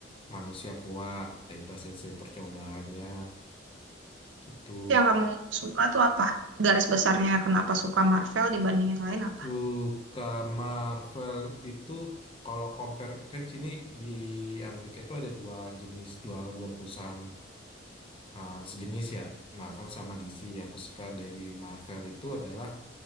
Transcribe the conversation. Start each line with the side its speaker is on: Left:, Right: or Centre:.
Left: manusia kuat dari hasil hasil percobaannya gitu
Right: Yang kamu suka tuh apa? Garis besarnya kenapa suka Marvel dibanding yang lain apa?
Left: Suka Marvel itu kalau compare kan sini di Amerika itu ada dua jenis dua dua perusahaan uh, sejenis ya Marvel sama DC. Yang aku suka dari Marvel itu adalah